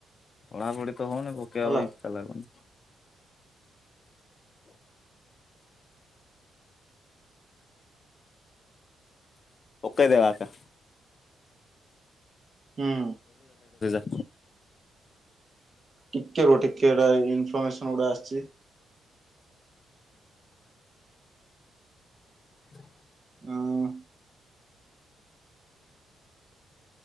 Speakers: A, on the left; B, on the right.
A: ନା କଉଠି ତ ହଉନି ପକାଇବା
B: ହେଲା
A: ପାଇଁ ଇଛା ଲାଗୁନି। ପକେଇ ଦେବା କା
B: ହୁଁ।
A: <inaudible>
B: ଟିକେ ଗୋଟେ କି ଏଟା ଇନଫରମେସନ୍ ଗୁଡା ଆସିଛି। <inaudible>
A: <unintelligible>
B: ହଁ।